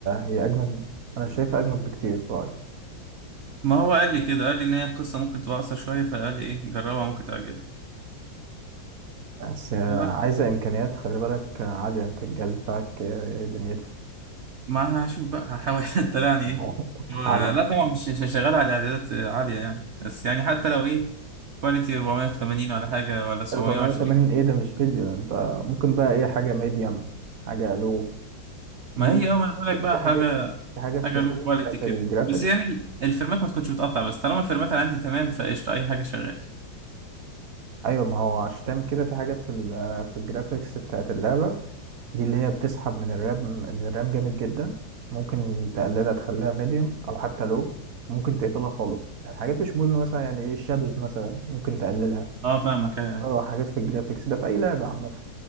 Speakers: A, on the right (about 55°); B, on the right (about 80°).
A: هي اجمد انا شايفها اجمد بكتير في رأيي
B: ما هو قال لي كده قال لي إن هي القصة ممكن تبقى أقصر شوية فقال لي ايه جربها ممكن تعجبك
A: بس آه،
B: لا،
A: عايزة إمكانيات خلي بالك آه، عالية أنت الجهاز بتاعك آه، إيه دنيته
B: ما هشوف بقى هحاول <laughs> طلعني
A: <laughs>
B: ايه و-
A: على
B: لا طبعا مش مش هشغلها على إعدادات عالية يعني بس يعني حتى لو ايه كواليتي 480 ولا حاجة ولا 720
A: 480 إيه ده مش فيديو أنت ممكن بقى إيه حاجة ميديم حاجة لو
B: ما
A: في
B: هي اه ما انا بقول لك
A: في
B: بقى
A: حاجات
B: حاجه
A: في حاجات
B: حاجه
A: في السيزون
B: لو كواليتي
A: بتاعت
B: كده
A: الجرافيك
B: بس يعني ال- الفريمات ما تكونش متقطع بس طالما الفريمات اللي عندي تمام فقشطه اي حاجه شغال
A: أيوة ما هو عشان تعمل كده في حاجات في ال آه، في الجرافيكس بتاعت اللعبة دي اللي هي بتسحب من الرام من الرام جامد جدا ممكن تقللها تخليها ميديم أو حتى لو ممكن تقفلها خالص يعني حاجات مش مهمة مثلا يعني إيه الشادوز مثلا ممكن تقللها
B: اه فاهمك ايوه ايوه
A: اه حاجات في الجرافيكس ده في اي لعبه عامه